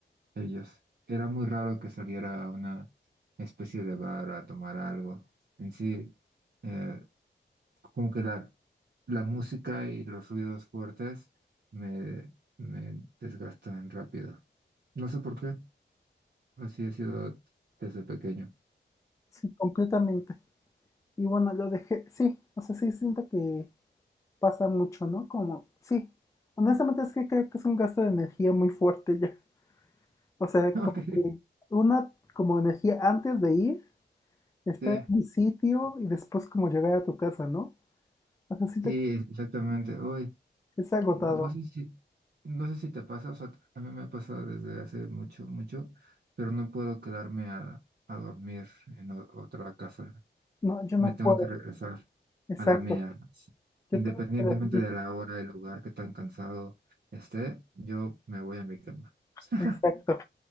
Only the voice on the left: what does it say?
Sí, completamente. Y bueno, lo dejé, sí, o sea, sí siento que pasa mucho, ¿no? Como, sí, honestamente es que creo que es un gasto de energía muy fuerte ya. O sea,
como que una como energía antes de ir, estar
en un sitio y después como llegar a tu casa, ¿no? O sea, siento
que es agotado.
No, yo
no
puedo.
Exacto.
Yo
tengo que dormir.
Exacto.